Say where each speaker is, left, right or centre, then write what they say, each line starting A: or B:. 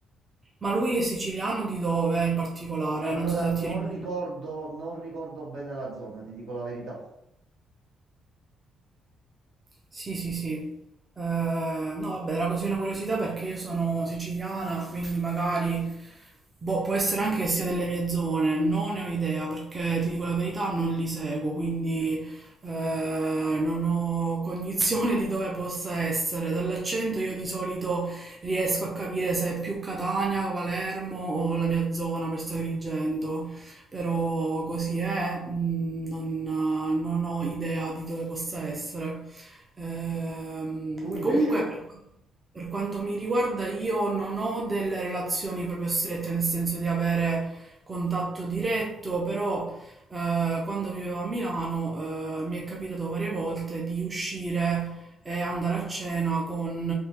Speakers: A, on the right; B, on the right.
A: Ma lui è siciliano di dove in particolare?
B: Allora
A: Non so se
B: non
A: ti ricordi.
B: ricordo, non ricordo bene la zona, ti dico la verità.
A: Sì, sì, sì. Eh, no, vabbè, era così una curiosità perché io sono siciliana, quindi magari boh, può essere anche che sia delle mie zone, non ne ho idea perché ti dico la verità, non li seguo, quindi eh, non ho cognizione <laughs> di dove possa essere. Dall'accento io di solito riesco a capire se è più Catania, Palermo o la mia zona, per Agrigento però così è, mh, non, eh, non ho idea di dove possa essere. Ehm,
B: Tu invece?
A: comunque, per, per quanto mi riguarda, io non ho delle relazioni proprio strette, nel senso di avere contatto diretto, però eh, quando vivevo a Milano, eh, mi è capitato varie volte di uscire e andare a cena con